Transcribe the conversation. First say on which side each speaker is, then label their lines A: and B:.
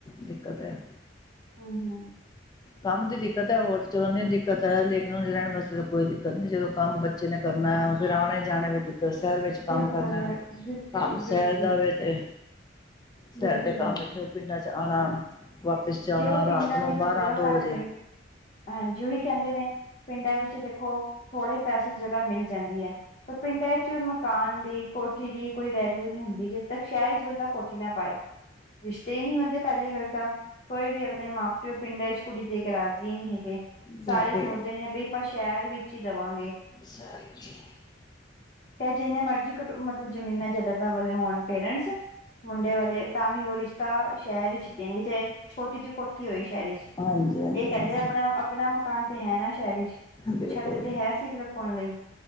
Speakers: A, on the left (about 20°); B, on the left (about 40°).
A: ਦਿੱਕਤ ਹੈ
B: ਹੂੰ-ਹੂੰ।
A: ਕੰਮ ਦੀ ਦਿੱਕਤ ਹੈ, ਹੋਰ ਚਲੋ ਨਹੀਂ ਦਿੱਕਤ ਹੈ ਲੇਕਿਨ ਹੁਣ ਰਹਿਣ ਵਾਸਤੇ ਕੋਈ ਦਿੱਕਤ ਨਹੀਂ ਜਦੋਂ ਕੰਮ ਬੱਚੇ ਨੇ ਕਰਨਾ ਹੈ ਫੇਰ ਆਣੇ- ਜਾਣੇ ਵੀ ਦਿੱਤ ਫੇਰ ਸ਼ਹਿਰ ਵਿੱਚ ਕੰਮ
B: ਬਿਲਕੁਲ
A: ਕਰਨਾ,
B: ਬਿਲ ਬਿਲਕੁਲ
A: ਕੰਮ ਸ਼ੈਰ
B: ਬਿਲਕੁਲ
A: ਜਾਵੇ ਤੇ
B: ਬਿਲਕੁਲ
A: ਸੈਰ ਦੇ ਕੰਮ ਚ ਫੇਰ ਪਿੰਡਾਂ ਚ ਆਉਣਾ, ਵਾਪਿਸ ਜਾਣਾ
B: ਦੇਖੋ ਪਿੰਡਾਂ
A: ਰਾਤ ਨੂੰ
B: ਵਿੱਚ
A: ਬਾਰਾਂ-
B: ਜਗ੍ਹਾ
A: ਦੋ
B: ਘੱਟ
A: ਵਜੇ।
B: ਮਿਲ ਹਾਂਜੀ ਉਹੀ ਕਹਿੰਦੇ ਨੇ, ਪਿੰਡਾਂ ਵਿੱਚ ਦੇਖੋ ਥੋੜੇ ਪੈਸੇ ਚ ਜਗਾ ਮਿਲ ਜਾਂਦੀ ਹੈ, ਪਰ ਪਿੰਡਾਂ ਚ ਮਕਾਨ ਦੀ ਕੋ ਕੋਠੀ ਦੀ ਕੋਈ ਵੈਲਿਊ ਨੀ ਹੁੰਦੀ, ਜਦ ਤੱਕ ਸ਼ਹਿਰ ਚ ਬੰਦਾ ਕੋਠੀ ਨਾ ਪਾਏ, ਰਿਸ਼ਤੇ ਨੀ ਹੁੰਦੇ ਪਹਿਲੀ ਗੱਲ ਤਾਂ ਕੋਈ ਵੀ ਆਪਣੇ ਮਾਂ- ਪਿਓ ਪਿੰਡਾਂ ਵਿੱਚ ਕੁੜੀ ਦੇ ਕੇ ਰਾਜੀ ਨਹੀਂ ਹੈਗੇ,
A: ਬਿਲਕੁਲ
B: ਸਾਰੇ ਸੋਚਦੇ ਨੇ ਬ ਆਪਾਂ ਸ਼ਹਿਰ ਵਿੱਚ ਹੀ ਦੇਵਾਂਗੇ।
A: ਸ ਜੀ।
B: ਤੇ ਜਿੰਨੇ ਮਰਜ਼ੀ ਕ ਮਤਲਬ ਜਮੀਨਾਂ ਜਦਾਦਾਂ ਵਾਲੇ ਹੋਣ ਪੇਰੈਂਟਸ। ਮੁੰਡੇ ਵਾਲੇ ਤਾਂ ਵੀ ਓ ਰਿਸ਼ਤਾ, ਸ਼ਹਿਰ ਵਿੱਚ ਜਾਣਗੇ, ਚਾਹੇ ਛੋਟੀ ਜਿਹੀ ਕੋ ਇਕੱਠੀ ਹੋਈ ਸ਼ਹਿਰੀ 'ਚ,
A: ਹਾਂਜੀ ਹਾਂਜੀ
B: ਇਹ ਕਹਿੰਦੇ
A: ਹਾਂਜੀ
B: ਆਪਣਾ ਆਪਣਾ ਮਕਾਨ ਤੇ ਹੈ ਨਾ ਸ਼ਹਿਰ ਵਿੱਚ,
A: ਬਿਲਕੁਲ
B: ਛੱਤ ਤੇ ਹੈ ਸੀ ਲੁਕਾਉਣ ਲਈ।